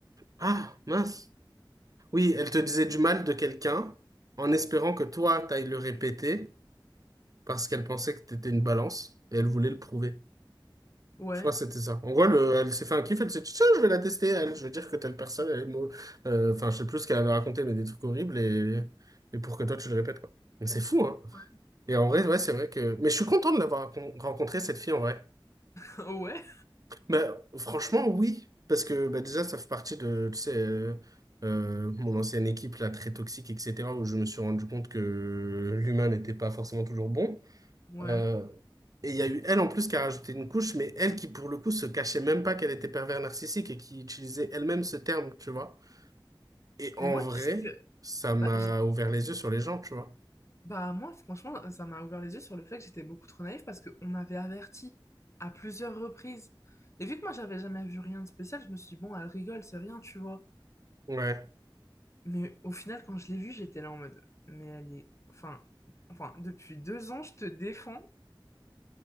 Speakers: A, on the right; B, on the left.
A: Ah, mince. Oui, elle te disait du mal de quelqu'un en espérant que toi, t'ailles le répéter parce qu'elle pensait que t'étais une balance et elle voulait le prouver.
B: Ouais.
A: Je crois que c'était ça. En gros, le- elle s'est fait un kiff, elle s'est dit, tiens, je vais la tester, elle. Je veux dire que telle personne, elle est mau- euh, Enfin, je sais plus ce qu'elle a raconté, mais des trucs horribles et, et pour que toi, tu le répètes, quoi. Mais c'est fou, hein.
B: <laughs>
A: Et en vrai, ouais, c'est vrai que. Mais je suis content de l'avoir rencontrée rencontré, cette fille, en vrai.
B: Ouais.
A: Bah, franchement, oui. Parce que bah, déjà, ça fait partie de, tu sais, euh, euh, mon ancienne équipe, là, très toxique, etc., où je me suis rendu compte que l'humain n'était pas forcément toujours bon.
B: Ouais.
A: Euh, et il y a eu elle en plus qui a rajouté une couche, mais elle qui pour le coup se cachait même pas qu'elle était pervers narcissique et qui utilisait elle-même ce terme, tu vois. Et en
B: Mais moi,
A: vrai,
B: tu sais que.
A: ça m'a
B: Bah, j'ai-
A: ouvert les yeux sur les gens, tu vois.
B: bah, moi, franchement, ça m'a ouvert les yeux sur le fait que j'étais beaucoup trop naïve parce qu'on m'avait averti à plusieurs reprises. Et vu que moi, j'avais jamais vu rien de spécial, je me suis dit, bon, elle rigole, c'est rien, tu vois.
A: Ouais,
B: Mais au final, quand je l'ai vue, j'étais là en mode. Mais elle est. Enfin, enfin, depuis deux ans, je te défends.